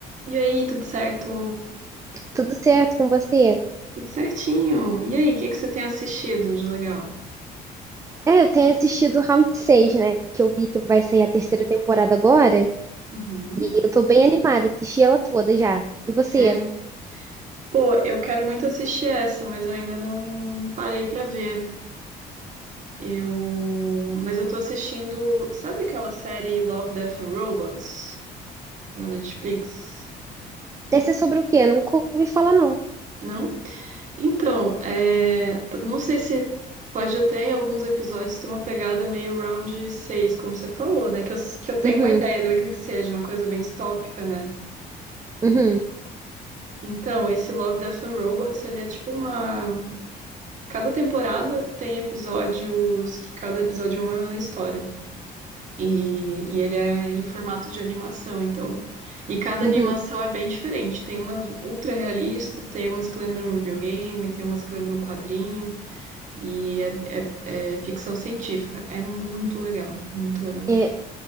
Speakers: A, on the right (about 45°); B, on the right (about 20°).
A: E aí, tudo certo?
B: Tudo certo com você?
A: Tudo certinho. E aí, o que que você tem assistido de legal?
B: É, eu tenho assistido o Round 6, né? Que eu vi que vai sair a terceira temporada agora.
A: Uhum.
B: E eu tô bem animada, assisti ela toda já. E você?
A: É. Pô, eu quero muito assistir essa, mas eu ainda não parei pra ver. Eu, mas eu tô assistindo, sabe aquela série Love, Death and Robots da Netflix?
B: Deve ser sobre o quê? Eu nunca ouvi falar, não.
A: Não? Então, é, t- não sei se pode até em alguns episódios ter uma pegada meio round seis, como você falou, né? Que eu, que eu tenho
B: Uhum,
A: uma ideia do que que seja, uma coisa bem distópica, né?
B: uhum,
A: Então, esse Love, Death and Robots, ele é tipo uma. Cada temporada tem episódios que cada episódio é uma história. E, e ele é em formato de animação, então. E cada
B: uhum.
A: animação é bem diferente. Tem umas ultra realistas, tem umas que lembram um videogame, tem umas que lembram um quadrinho. E é, é, é ficção científica. É muito legal, muito legal.
B: É,